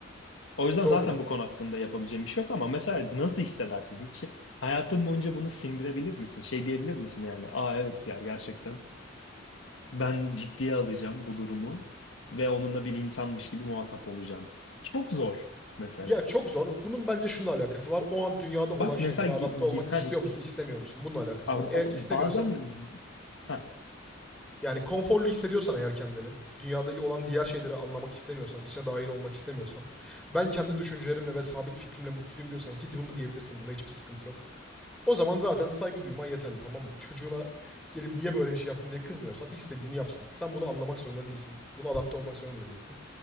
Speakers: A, on the left; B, in the centre.
A: O yüzden
B: Doğru.
A: zaten bu konu hakkında yapabileceğim bir şey yok ama mesela nasıl hissedersin? Hiç hayatın boyunca bunu sindirebilir misin? Şey diyebilir misin yani? Aa evet ya gerçekten ben ciddiye alacağım bu durumu ve onunla bir insanmış gibi muhatap olacağım. Çok zor mesela.
B: Ya çok zor. Bunun bence şununla alakası var. O an dünyada olan
A: Bak
B: şeylere
A: mesela
B: adapte
A: gi-
B: olmak
A: gi-
B: istiyor
A: ha,
B: musun, istemiyor musun? Bununla alakası
A: ama-
B: var. Eğer
A: ama
B: istemiyorsan
A: bazen ha,
B: Yani konforlu hissediyorsan eğer kendini, dünyadaki olan diğer şeyleri anlamak istemiyorsan, içine dahil olmak istemiyorsan, ben kendi düşüncelerimle ve sabit fikrimle mutluyum diyorsan ki bunu diyebilirsin, bunda hiçbir sıkıntı yok. O zaman zaten saygı duyman yeterli tamam mı? Çocuğuna gelip niye böyle bir şey yaptın diye kızmıyorsan istediğini yapsın. Sen bunu anlamak zorunda değilsin. Buna adapte olmak zorunda değilsin.